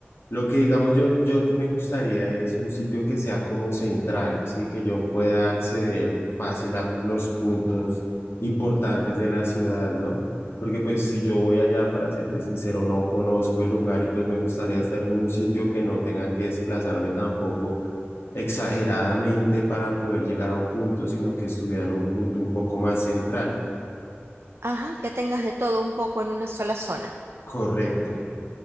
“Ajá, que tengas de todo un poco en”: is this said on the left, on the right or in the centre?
Right